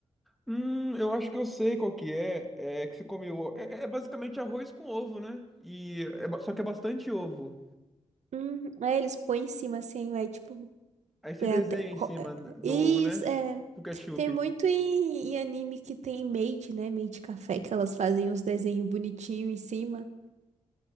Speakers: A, in the centre; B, on the right.
A: Hum, eu acho que eu sei qual que é. É que você come o... É, é basicamente arroz com ovo, né? E é ba- só que é bastante ovo.
B: Uhum. Aí eles põem em cima assim, vai tipo.
A: Aí você
B: é
A: desenha
B: até co-
A: em cima
B: é-
A: do
B: Isso,
A: ovo, né?
B: é.
A: O ketchup.
B: Tem muito em, em anime que tem maid, né? Maid café, que elas fazem uns desenhos bonitinhos em cima.